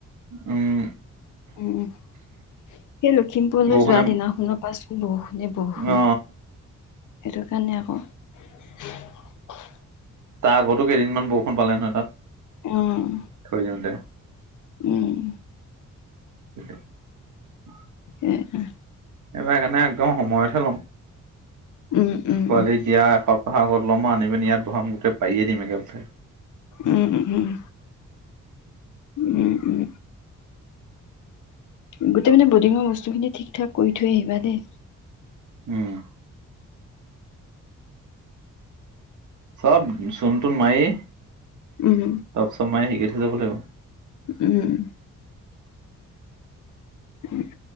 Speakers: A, on the right; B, on the left.
A: উম
B: উম, সেই লখিমপুৰলৈ
A: বৰষুণে
B: যোৱা দিনাখনৰ পা চোন বৰষুণে, বৰষুণ।
A: অ
B: সেইটো কাৰণে আকৌ
A: তাৰ আগতো কেইদিনমান বৰষুণ পালে নহয় তাত?
B: উম
A: থৈ যাওঁতে
B: উম।
A: <unintelligible>
B: <unintelligible>
A: এইবাৰ সেইকাৰণে একদম সময়তহে ল'ম।
B: উম উম উম
A: পোৱালি দিয়া এশ আগত ল'ম আনি, পিনি ইয়াত ভৰাম গোটেই পায়িয়েই দিম একেলেথাৰিয়ে
B: উম, উম, উম, উম, উম। গোটেই মানে বৰ্ডিঙৰ বস্তুখিনি ঠিক, ঠাক কৰি থৈ আহিবা দেই।
A: উম। চব চোন, টোন মায়ি
B: উম,
A: <unintelligible> যাব লাগিব
B: উম। <unintelligible>